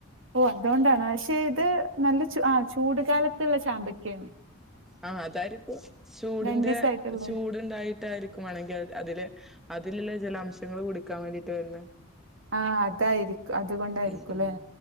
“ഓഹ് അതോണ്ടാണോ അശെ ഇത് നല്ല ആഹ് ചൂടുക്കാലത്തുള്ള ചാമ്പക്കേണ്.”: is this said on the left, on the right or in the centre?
Right